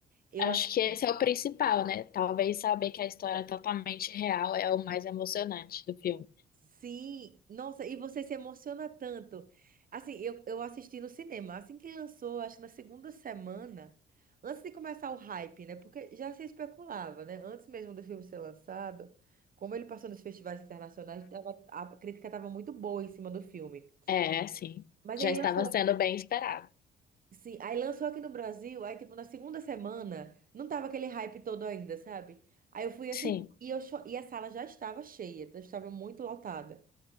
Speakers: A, on the right (about 45°); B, on the left (about 50°).
A: eu
B: Acho
A: acho
B: que
A: que
B: esse é o principal, né? Talvez saber que a história é totalmente real é o mais emocionante do filme.
A: sim. Nossa, e você se emociona tanto. Assim, eu, eu assisti no cinema, assim que lançou, acho que na segunda semana, antes de começar o hype, né? Porque já se especulava, né? Antes mesmo do filme ser lançado, como ele passou nos festivais internacionais, tava- a crítica estava muito boa em cima do filme.
B: É, sim.
A: Mas
B: Já
A: aí
B: estava
A: lançou,
B: sendo bem esperado.
A: sim, aí lançou aqui no Brasil, aí tipo na segunda semana, não tava aquele hype todo ainda, sabe? Aí eu fui assistir
B: Sim,
A: e, eu cho- e a sala já estava cheia, já estava muito lotada.